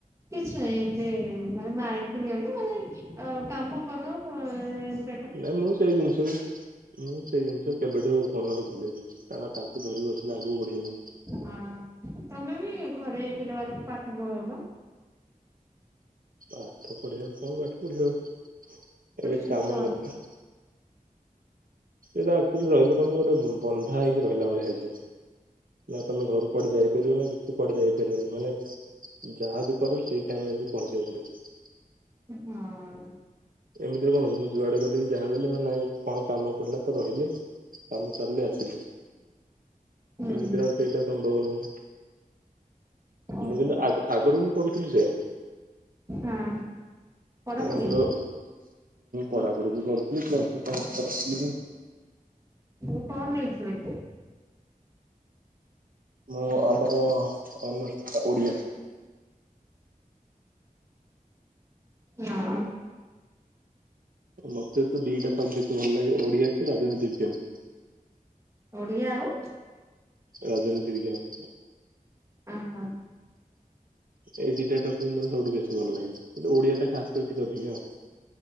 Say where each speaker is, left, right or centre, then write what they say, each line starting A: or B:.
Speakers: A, on the right; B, on the right.
A: କିଛି ନାହିଁ ଏତେ ମାନେ ମାଇଣ୍ଡ କୁ ନିଅନି ମାନେ ଅ କାମ କର ଅ
B: ନାଇଁ ମୁଁ ସେଇ ଜିନିଷ କୁ ମୁଁ ସେଇ ଜିନିଷକୁ କେବେଠୁ ମନରେ ଭଲ ଦେଇଛି କାରଣ ତାକୁ ଧରିକି ବସିଲେ ଆଗକୁ ବଢେଇବନି
A: ହଁ ତମେ ବି ଘରେ ପିଲାମାନଙ୍କୁ ପାଠ ପଢଉନ
B: ପାଠ ପଢ ଆ କଣ ପାଠ ପଢିବା ଆଉ
A: ଛୋଟ
B: ଏବେ
A: ଛୋଟ
B: କାମ
A: ଛୁଆ
B: ଯଥା
A: ହଁ
B: ସେଇଟା ଆକ୍ଚୁଆଲି ରହିଲେ କଣ ଗୋଟେ ବନ୍ଧା ହେଇକି ରହିଲା ଭଳିଆହେଇଯିବ ନା ତମେ ଘରକୁ କୁଆଡେ ଯାଇପାରିବ ନା କିଛି କୁଆଡେ ଯାଇପାରିବନି ମାନେ ଯାହାବି କର ସେଇ ଟାଇମରେ ପହଞ୍ଚିବାକୁ ପଡିବ।
A: ହଁ
B: ଏମିତିରେ କଣ ହଛି ମୁଁ ଯୁଆଡେ ଗଲିି ଯହା ଗଲେ ହଁ ନାଇଁ କଣ କାମ ପଡିଲା ତ ରହିଲେ କାମ ସାରିଲେ ଆସିଲେ
A: ହୁଁ
B: ଏମିତିରେ ଆଉ ସେଇଟା ସମ୍ଭବ ନୁହେଁ
A: ଓହୋ
B: ମୁଁ କିନ୍ତୁ ଆଗ ଆଗରୁ ମୁଁ କରୁଥିଲି ସେଇଆ।
A: ହଁ ପଢାପଢି
B: ଓ ଆମର ପଢାପଢି ବି କରୁଥିଲି ପ୍ଲସ ଟୁ କରିଥିଲି।
A: ମୁଁ କଣ ନେଇଥିଲେ କି?
B: ମୁଁ ଆମର ଅନରସ ଥିଲା ଓଡିଆ।
A: ହଁ
B: ମୋତେ ତ ଦିଇଟା ସବଜେକ୍ଟ ଭଲ ଲାଗେ ଓଡିଆକୁ ରାଜନୀତି ବିଜ୍ଞାନ।
A: ଓଡ଼ିଆ ଆଉ
B: ରାଜନୀତି ବିଜ୍ଞାନ।
A: ଆଁ ହଁ
B: ଏଇ ଦିଟା ଟପିକ ମୋତେ ସବୁଠୁ ବେଶୀ ଭଲ ଲାଗେ କିନ୍ତୁ ଓଡିଆ ଟା ଖାସ କରି ଟିକେ ଅଧିକା ଆଉ।